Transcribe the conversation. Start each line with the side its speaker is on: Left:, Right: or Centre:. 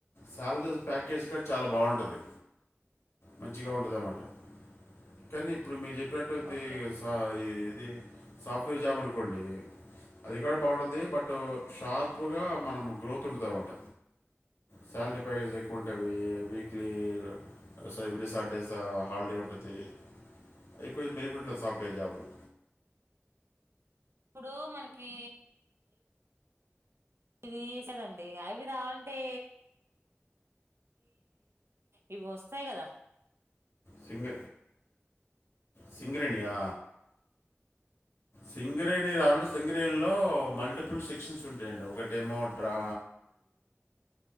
Left: సాలరీస్ ప్యాకేజ్ కూడా చాలా బాగుంటుంది మంచి గా ఉన్నట కానీ ఇప్పుడు మీ చె <unintelligible>
Right: ఓకే
Left: ది సాఫ్ట్వేర్ జాబ్ అనుకోండి అది కూడా బాగుంటది బట్ బట్ షార్పుగా మనం గ్రోత్ ఉంటుంది అన్నమాట శాలరీ ప్యాకేజ్ ఎక్కువ ఉంటావి వీక్లీ స ఎబ్రీ సాటర్డేస్ హాలిడే ఉ ఉంటుంది అవి కొంచెం బెనిఫిట్ ఉన్నది సాఫ్ట్వేర్ జాబ్లో
Right: ఇప్పుడు మనకి ఇదిసడండి అవి రావంటే ఇవి వస్తాయి కదా
Left: సింగ సింగరేణి యా సింగరేణి రావాలంటే సింగరేణిలో మల్టిపుల్ సెక్షన్స్ ఉంటాయండి ఒకటేమో డ్రా
Right: <unintelligible>